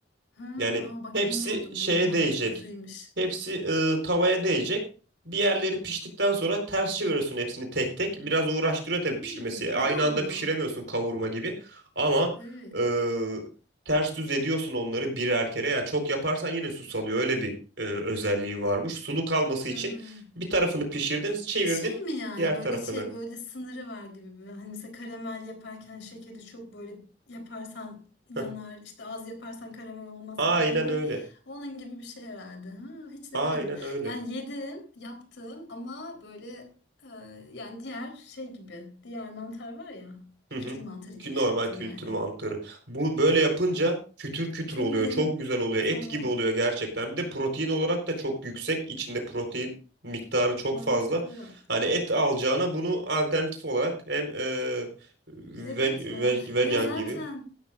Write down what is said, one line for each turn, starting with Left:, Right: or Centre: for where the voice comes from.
Left: Ha,
Right: Yani
Left: aa, bak
Right: hepsi
Left: bilmiyordum
Right: şeye
Left: bunu mantıklıymış.
Right: değecek. Hepsi e, tavaya değecek. Bir yerleri piştikten sonra ters çeviriyorsun hepsini tek tek. Biraz uğraştırıyor tabii
Left: Hmm.
Right: pişirmesi. Aynı
Left: Allah
Right: anda
Left: Allah.
Right: pişiremiyorsun kavurma gibi. Ama
Left: Evet.
Right: e, ters düz ediyorsun onları birer kere. Ya çok yaparsan yine su salıyor. Öyle bir e, özelliği varmış. Sulu kalması
Left: Ha.
Right: için bir tarafını pişirdin, çevirdin
Left: Şey mi yani
Right: diğer
Left: böyle
Right: tarafını.
Left: şey böyle sınırı var gibi mi? Hani mesela karamel yaparken şekeri çok böyle yaparsan yanar
Right: Heh.
Left: işte az yaparsan karamel olmaz
Right: Aynen
Left: falan ya böyle
Right: öyle.
Left: onun gibi bir şey herhalde. Ha, hiç
Right: Aynen
Left: denemedim.
Right: öyle.
Left: Yani yedim yaptım ama böyle e, yani diğer şey gibi diğer mantar var ya kültür
Right: Hı hı.
Left: mantarı gibi
Right: Ki normal
Left: yaptım
Right: kültür
Left: yani.
Right: mantarı. Bu böyle yapınca kütür kütür
Left: Senin
Right: oluyor.
Left: de
Right: Çok güzel oluyor.
Left: tamam
Right: Et gibi oluyor gerçekten. Bir de protein olarak da çok yüksek. İçinde protein miktarı çok
Left: mantıklı
Right: fazla. Hani et alacağına bunu alternatif olarak hem e, ve,
Left: Evet
Right: ve,
Left: ya.
Right: vegan
Left: Ya zaten
Right: gibi